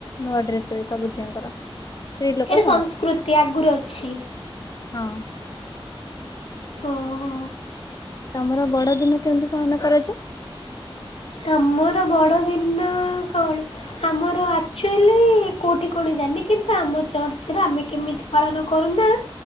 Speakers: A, on the left; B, on the left.
A: ନୂଆ ଡ୍ରେସେସ୍ ସବୁ ଝିଅଙ୍କର। ସ୍ତ୍ରୀ ଲୋକ
B: ଏଟା
A: ସମସ୍ତେ
B: ସଂସ୍କୃତି ଆଗରୁ ଅଛି।
A: ହଁ।
B: ଓ ହୋ।
A: ତମର ବଡ ଦିନ କେମିତି ପାଳନ କରାଯାଏ?
B: ଆମର ବଡ ଦିନ କଣ? ଆମର ଆକ୍ଚୁଆଲି କୋଉଠି କଣ ଜାଣିନି କିନ୍ତୁ ଆମ ଚର୍ଚ୍ଚରେ ଆମେ କେମିତି ପାଳନ କରୁନା,